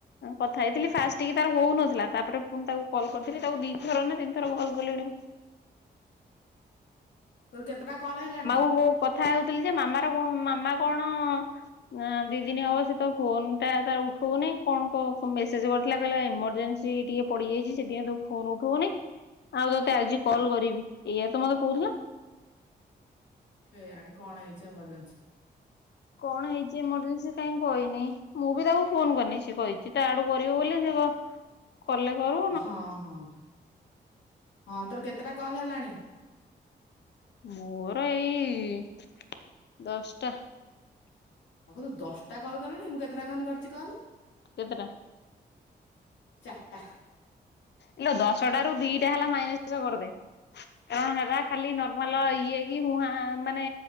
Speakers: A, on the left (about 65°); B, on the left (about 90°).
A: କଥା ହେଇଥିଲି ଫାଷ୍ଟ ଟିକେ ତାର ହଉନଥିଲା, ତାପରେ ପୁଣି ତାକୁ କଲ୍ କରିଥିଲି ତାକୁ ଦି ଥର ନା ତିନି ଥର କଲ କଲିଣି।
B: ତୋର କେତେଟା କଲ୍ ହେଲାଣି?
A: ହଉ କଥା ହଉଥିଲି ଯେ ମାମାର କଣ ମାମା କଣ ନା ଦି ଦିନ ହବ ସେ ତ ଫୋନଟା ତାର ଉଠଉନି। କଣ କ ମେସେଜ୍ କରିଥିଲା କହିଲା ଏମରଜେନ୍ସ୍ ହଉଛି ଟିକେ ପଡିଯାଇଛି। ସେଥିପାଇଁ ସେ ଫୋନ୍ ଉଠଉନି। ଆଉ ତୋତେ ଆଜି କଲ୍ କରିବି, ଏଇୟା ତ ମତେ କହୁଥିଲା।
B: କେଜାଣି କଣ ହେଇଛି ଏମରଜେନ୍ସି।
A: କଣ ହେଇଛି ଏମରଜେନ୍ସି? କାହିଁ କହିନି। ମୁଁ ବି ତାକୁ ଫୋନ୍ କରିନି। ସେ କହିଛି ତା ଆଡୁ କରିବ ବୋଲି ସେ କ କଲେ କରୁ।
B: ହଁ-ହଁ, ହଁ ତୋର କେତେଟା କଲ ହେଲାଣି?
A: ମୋର ଏଇ-ଇ-ଇ ଦଶଟା।
B: ହବୁ ତୁ ଦଶଟା କଲ୍ କଲୁଣି। ମୁଁ କେତେଟା କନ୍ କରିଛି କହନି?
A: କେତେଟା?
B: ଚାରଟା।
A: ଇଲୋ ଦଶଟାରୁ ଦି ଟା ହେଲା ମାଇନସ୍ କରିଦେ। କାରଣ ହେରା ଖାଲି ନର୍ମାଲ ଇଏ କି ହୁଁ ହାଁ ଆ ମାନେ